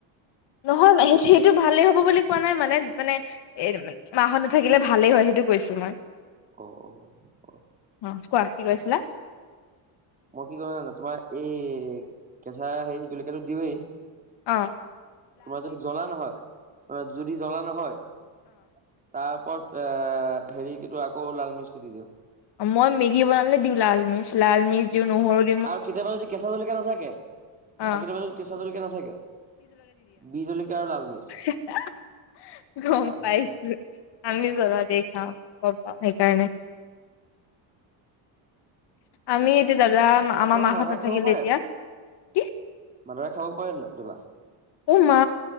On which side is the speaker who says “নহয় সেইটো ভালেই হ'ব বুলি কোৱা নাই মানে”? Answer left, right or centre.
Left